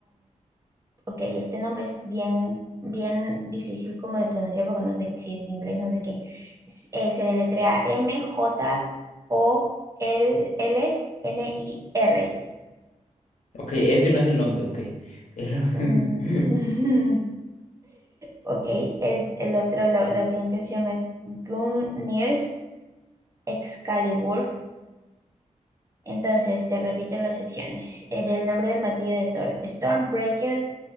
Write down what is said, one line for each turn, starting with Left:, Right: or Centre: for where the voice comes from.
Right: ok, este nombre es bien, bien difícil como de pronunciar porque no sé si es inglés, no sé qué. S- eh, se deletrea M-J-O-L-L-N-I-R.
Left: Ok, ese no es el nombre, ok. El-
Right: Mm,
Left: <laughs>
Right: <laughs> ok, es el otro, lo- la siguiente opción es Gungnir Excalibur. Entonces, te repito las opciones. Eh, del nombre del martillo de Thor, Stormbreaker,